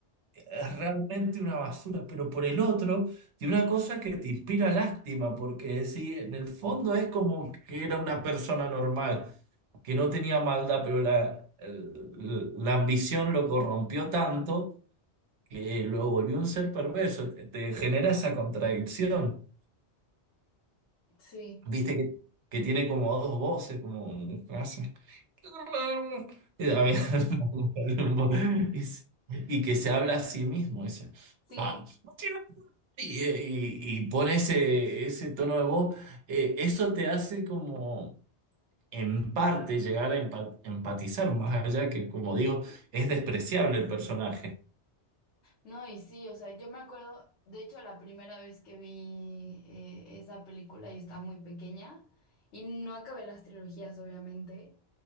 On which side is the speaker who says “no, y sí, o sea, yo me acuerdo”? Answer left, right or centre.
Left